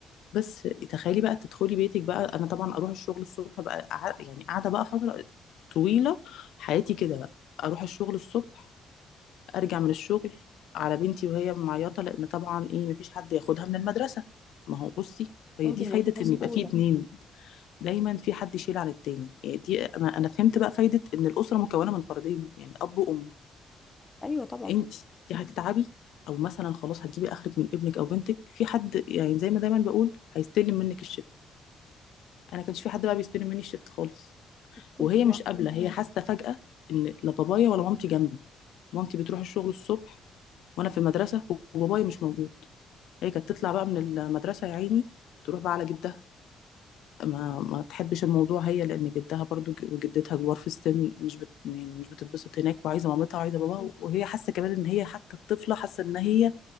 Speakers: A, on the left; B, on the left.
A: بس تخيلي بقى تدخلي بيتك بقى انا طبعا اروح الشغل الصبح بقى قع- يعني قاعده بقى فتره طويله حياتي كده بقى اروح الشغل الصبح ارجع من الشغل على بنتي وهي معيطه لان طبعا ايه مفيش حد ياخدها من المدرسه ما هو بصي هي
B: انت
A: دي
B: اللي
A: فايده
B: بقيتي مسؤوله
A: ان يبقى في اتنين دايما في حد يشيل عن التاني يعني دي انا انا فهمت بقى فايده ان الاسره مكونه من فردين يعني اب وام
B: ايوه طبعا
A: انت هتتعبي او مثلا خلاص هتجيبي اخرك من ابنك او بنتك في حد يعني زي ما دايما بقول هيستلم منك الشغل انا كانش في حد بقى بيستلم مني الشفت خالص
B: كنت
A: وهي
B: لوحدك
A: مش قابله هي حاسه فجاه ان لا بابايا ولا مامتي جنبي مامتي بتروح الشغل الصبح وانا في المدرسه وبابايا مش موجود هي كانت تطلع بقى من المدرسه يا عيني تروح بقى على جدها ما ما تحبش الموضوع هي لان جدها برضو ج- وجدتها كبار في السن مش بت... يعني مش بتتبسط هناك وعايزه مامتها وعايزه باباها وهي حاسه كمان ان هي حتى الطفله حاسه ان هي